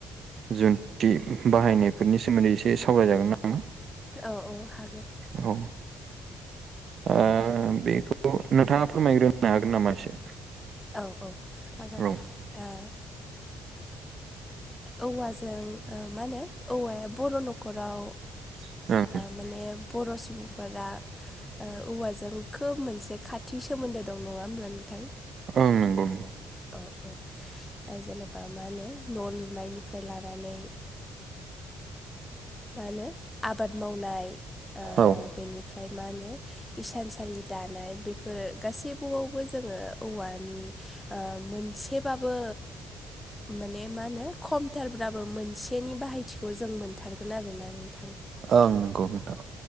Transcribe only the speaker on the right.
जों थि बाहायनायफोरनि सोमोन्दै एसे सावरायजागोन नामा
औ ओ बेफोरखौ नोंथाङा फोरमायग्रोनो हागोन नामा एसे
औ
ओं
ओं नंगौ
औ
ओं नंगौ नोंथां